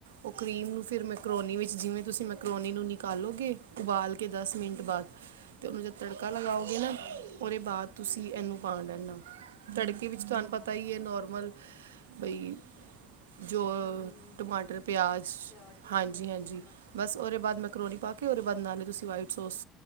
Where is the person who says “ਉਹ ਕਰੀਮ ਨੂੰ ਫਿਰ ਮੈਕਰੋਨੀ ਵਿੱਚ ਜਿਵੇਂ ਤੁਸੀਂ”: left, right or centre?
Right